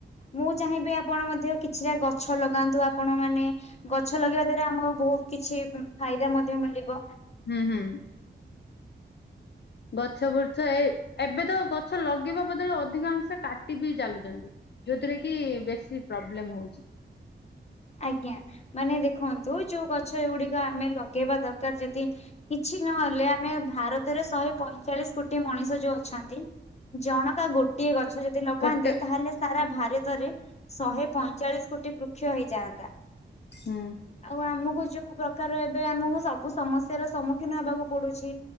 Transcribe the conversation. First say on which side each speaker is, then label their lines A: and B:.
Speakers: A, on the left (about 35°); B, on the left (about 60°).
A: ମୁଁ ଚାହିଁବି ଆପଣ ମଧ୍ୟ କିଛିଟା ଗଛ ଲଗାନ୍ତୁ ଆପଣ ମାନେ ଗଛ ଲଗେଇବା ଦ୍ଵାରା ଆମର ବହୁତ କିଛି ଫାଇଦା ମଧ୍ୟ ମିଳିବ।
B: ହୁଁ ହୁଁ। ଗଛ ବୃଛ ଏ ଏବେ ତ ଗଛ ଲଗେଇବା ବଦଳ ଅଧିକାଂଶ କାଟି ବିି ଚାଲୁଛନ୍ତି। ଯୋଉଥିରେ କି ବେଶୀ ପ୍ରୋବ୍ଲେମ ହଉଛି।
A: ଆଜ୍ଞା ମାନେ ଦେଖନ୍ତୁ ଯୋଉ ଗଛ ଗୁଡିକ ଆମେ ଲଗେଇବା ଦରକାର ଯଦି କିଛି ନହେଲେ ଆମେ ଭାରତରେ ଶହେ ପଇଁଚାଳିଶ କୋଟି ମଣିଷ ଯୋଉ ଅଛନ୍ତି। ଜଣକା ଗୋଟିଏ ଗଛ ଯଦି ଲଗାନ୍ତେ
B: ଗୋଟେ
A: ତାହେଲେ ସାରା ଭାରତରେ ଶହେ ପଇଁଚାଳିଶ କୋଟି ବୃକ୍ଷ ହେଇଯାଆନ୍ତା।
B: ହୁଁ।
A: ଆଉ ଆମକୁ ଯୋଉ ପ୍ରକାର ଏବେ ଆମକୁ ସବୁ ସମସ୍ୟ ର ସମ୍ମୁଖୀନ- ଦନ ହେବାକୁ ପଡୁଛି